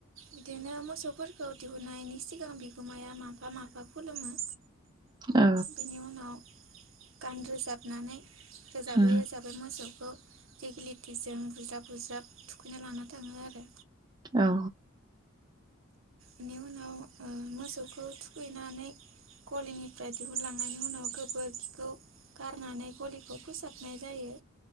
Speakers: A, on the right; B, on the right.
A: बिदिनो मोसौफोरखौ दिहुननायनि सिगां बिगोमाया माफा माफा खुलुमो
B: औ
A: बेनि उनाव गान रो जाबनानै रोजाबै
B: उम
A: रोजाबै मोसौखौ दिगिलिथिजों बुज्राब बुज्राब थुखैनो लाना थाङो। आरो
B: औ
A: बेनि उनाव ओ मोसौखौ थुखैनानै गलिनिफ्राय दिहुनलांनायनि उनाव गोबोरखिखौ गारनानै गलिखौ फोसाबनाय जायो।